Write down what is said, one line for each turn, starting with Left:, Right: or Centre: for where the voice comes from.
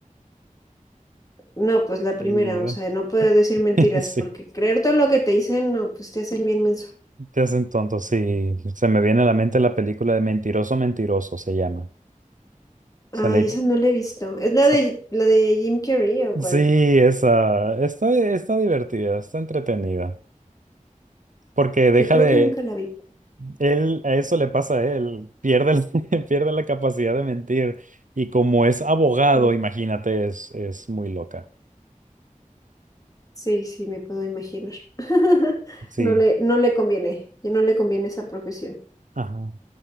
Left: no, pues la primera,
Right: Ay, Dios.
Left: o sea, no puedo decir mentiras,
Right: <laughs> Sí.
Left: porque creer todo lo que te dicen, no, pues te hacen bien menso.
Right: Te hacen tonto, sí. Se me viene a la mente la película de Mentiroso, Mentiroso, se llama. Sale,
Left: Ay, esa no la he visto. ¿Es la
Right: sa-
Left: de la de Jim Carrey o cuál?
Right: sí, esa. Está, está divertida, está entretenida. Porque deja
Left: Sí, creo
Right: de,
Left: que nunca la vi.
Right: Él, a eso le pasa a él, pierde, la- <laughs> pierde la capacidad de mentir y como es abogado,
Left: Mm,
Right: imagínate, es, es muy loca.
Left: Sí, sí, me puedo imaginar. <laughs>
Right: Sí.
Left: No le, no le conviene, ya no le conviene esa profesión.
Right: Ajá.